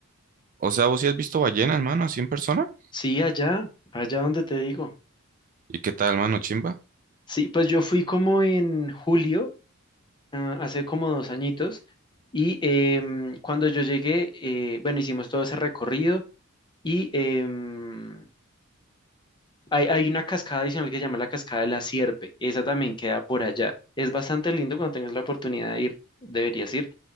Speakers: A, on the right; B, on the left.
A: O sea, ¿vos sí has visto ballenas, mano, así en persona?
B: Sí, allá, allá donde te digo.
A: ¿Y qué tal, mano, chimba?
B: Sí, pues yo fui como en julio ah, hace como dos añitos y em, cuando yo llegué, eh, bueno, hicimos todo ese recorrido y em, hay, hay una cascada adicional que se llama la Cascada de la Sierpe, esa también queda por allá. Es bastante lindo cuando tengas la oportunidad de ir, deberías ir,